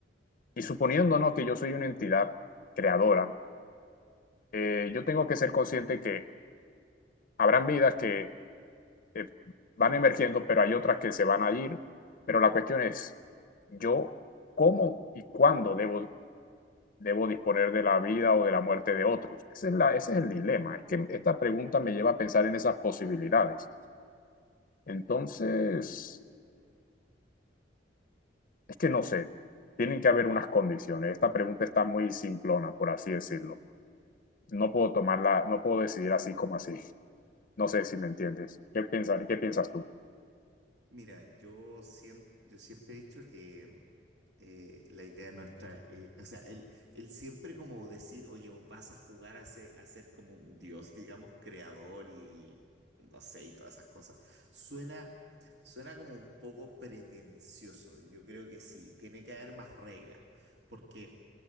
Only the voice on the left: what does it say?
Y suponiendo, ¿no? que yo soy una entidad creadora, eh, yo tengo que ser consciente que habrán vidas que eh, van emergiendo, pero hay otras que se van a ir. Pero la cuestión es, yo cómo y cuándo debo, debo disponer de la vida o de la muerte de otros. Ese es la, ese es el dilema. Es que esta pregunta me lleva a pensar en esas posibilidades. Entonces, es que no sé, tienen que haber unas condiciones. Esta pregunta está muy simplona, por así decirlo. no puedo tomarla, no puedo decidir así como así. No sé si me entiendes. ¿Qué piensas, qué piensas tú?